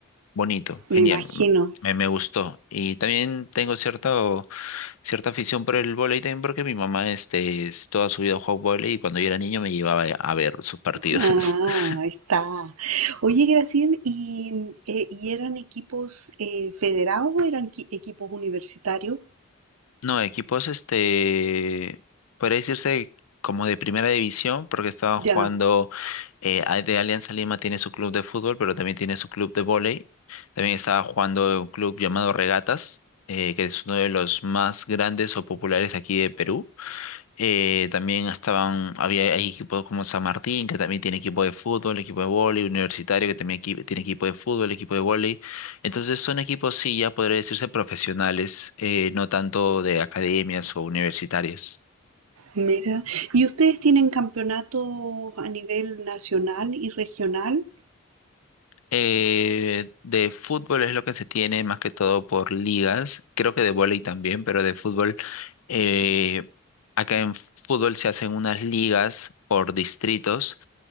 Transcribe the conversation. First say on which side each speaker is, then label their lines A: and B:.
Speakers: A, on the left; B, on the right.
A: bonito,
B: me
A: genial.
B: imagino.
A: Me, me gustó. Y también tengo cierto cierta afición por el vóley también porque mi mamá este, es toda su vida ha jugado vóley y cuando yo era niño me llevaba a ver sus partidos.
B: Ah,
A: <laughs>
B: ahí está. Oye, Graciel, ¿y, eh, ¿y eran equipos eh, federados o eran qui- equipos universitarios?
A: No, equipos, este, podría decirse como de primera división porque estaban
B: Ya,
A: jugando, eh, a- de Alianza Lima tiene su club de fútbol, pero también tiene su club de vóley. También estaba jugando un club llamado Regatas, eh, que es uno de los más grandes o populares de aquí de Perú Eh, también estaban, había hay equipos como San Martín, que también tiene equipo de fútbol, equipo de vóley, Universitario, que también equi- tiene equipo de fútbol, equipo de vóley. Entonces son equipos, sí, ya podría decirse profesionales, eh, no tanto de academias o universitarios.
B: Mira, ¿y ustedes tienen campeonatos a nivel nacional y regional?
A: Eh, de fútbol es lo que se tiene más que todo por ligas, creo que de vóley también, pero de fútbol, eh, acá en fútbol se hacen unas ligas por distritos